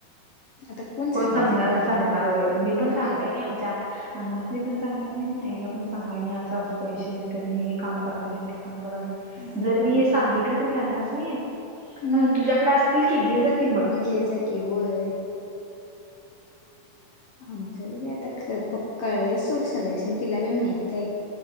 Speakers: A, on the left (about 70°); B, on the right (about 75°).
A: आता
B: कोण
A: सांगायचं
B: सम
A: त्यांना?
B: सांगणारोय मी
A: होय
B: पण सांगणारय
A: बाई.
B: नाही आमच्या अण्नास पण चांगाय नाही आणि आईला पण चांगाय नाही असं असं पैसे मिळतात मी हे काम करावले आणि ते काम करावले
A: होय.
B: जर मी हे सांगितलो की नाही यां्नाच नाही
A: हम्म
B: हं तुझ्याकडे असतील की घ्या जा किंमत
A: घे जाात किंवय आमचच बी आता ख प कळले सोट सगळ्याचनी तिला बी माहित आहे.